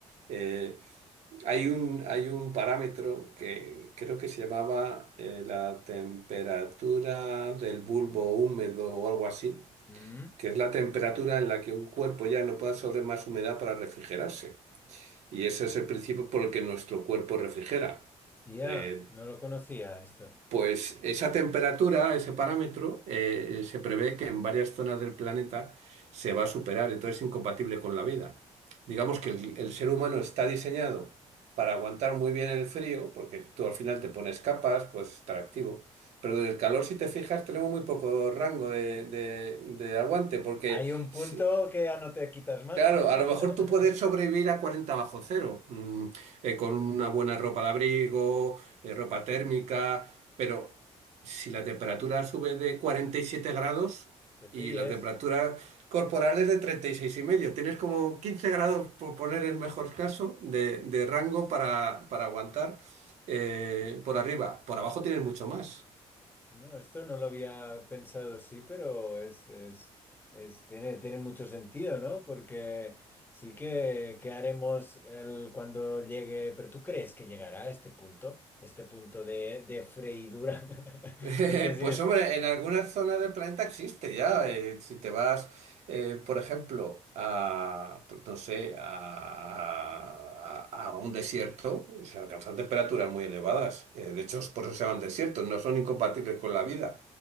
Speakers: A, on the right; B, on the left.
A: Eh, hay un, hay un parámetro que creo que se llamaba eh, la temperatura del bulbo húmedo o algo así,
B: Mm.
A: que es la temperatura en la que un cuerpo ya no puede absorber más humedad para refrigerarse. Y ese es el principio por el que nuestro cuerpo refrigera.
B: Ya,
A: Eh,
B: no lo conocía esto.
A: pues esa temperatura, ese parámetro, eh, se prevé que en varias zonas del planeta se va a superar, entonces es incompatible con la vida. Digamos que el, el ser humano está diseñado para aguantar muy bien el frío, porque tú al final te pones capas, pues estar activo. Pero del calor, si te fijas, tenemos muy poco rango de, de- de aguante, porque
B: Hay un
A: si-
B: punto que ya no te quitas más.
A: Claro, a
B: <laughs>
A: lo mejor tú puedes sobrevivir a 40 bajo cero, mm, eh, con una buena ropa de abrigo, eh, ropa térmica, pero si la temperatura sube de 47 grados
B: Te
A: y
B: fríes.
A: la temperatura corporal es de treinta y seis y medio, tienes como 15 grados, por poner el mejor caso, de, de rango para, para aguantar eh, por arriba. Por abajo tienes mucho más.
B: No, esto no lo había pensado así, pero es, es, es- tiene, tiene mucho sentido, ¿no? Porque sí que, que haremos el, cuando llegue, pero ¿tú crees que llegará a este punto? Este punto de, de freidura. <laughs>
A: <laughs>
B: No sé si
A: Pues
B: es...
A: hombre, en algunas zonas del planeta existe ya. eh, si te vas, eh, por ejemplo, a, pues no sé, a, a- a un desierto, se alcanzan temperaturas muy elevadas. eh, de hecho, es por eso se llaman desiertos, no son incompatibles con la vida.